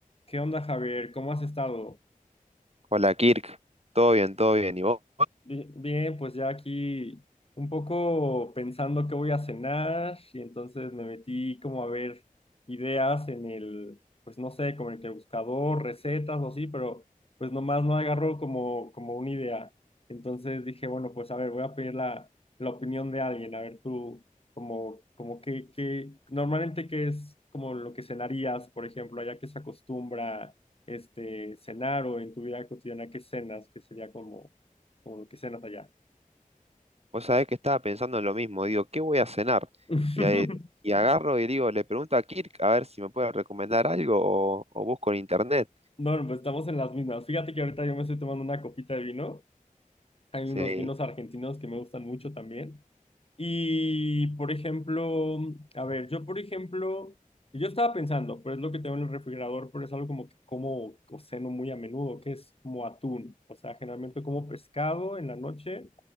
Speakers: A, on the left; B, on the right.
A: ¿Qué onda, Javier? ¿Cómo has estado?
B: Hola Kirk, todo bien, todo bien. ¿Y vos?
A: Bi- Bien, pues ya aquí un poco pensando qué voy a cenar y entonces me metí como a ver ideas en el, pues no sé, como en el que buscador, recetas o así, pero pues nomás no agarró como, como una idea. Entonces dije, bueno, pues a ver, voy a pedir la, la opinión de alguien, a ver tú, como, como qué qué normalmente qué es como lo que cenarías, por ejemplo, allá que se acostumbra este, cenar o en tu vida cotidiana qué cenas, que sería como como lo que cenas allá.
B: Vos sabés que estaba pensando en lo mismo. Digo, ¿qué voy a cenar?
A: <laughs>
B: Y, ahí- y agarro y digo, le pregunto a Kirk a ver si me puede recomendar algo o, o busco en internet.
A: No, no, pues estamos en las mismas. Fíjate que ahorita yo me estoy tomando una copita de vino. Hay
B: Sí.
A: unos vinos argentinos que me gustan mucho también. Y, por ejemplo, a ver, yo, por ejemplo, yo estaba pensando, pero es lo que tengo en el refrigerador, pero es algo como que como o ceno muy a menudo, que es como atún. O sea, generalmente como pescado en la noche